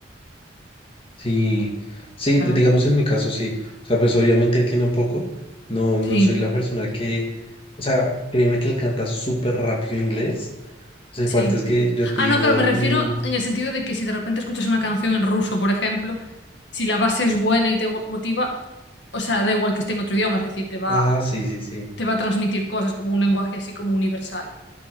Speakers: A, on the left; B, on the left.
A: Sí, sí,
B: Claro.
A: d- digamos en mi caso sí. O sea, pues obviamente entiendo un poco. No, no
B: Sí,
A: soy la persona que, o sea, créeme que él canta súper rápido inglés. O sea,
B: sí.
A: hay partes que yo te
B: Ah,
A: digo,
B: no, claro, me refiero
A: "No".
B: en el sentido de que si de repente escuchas una canción en ruso, por ejemplo, si la base es buena y te motiva, o sea, da igual que esté en otro idioma, es decir, te va
A: ah, sí, sí, sí.
B: te va a transmitir cosas como un lenguaje así como universal.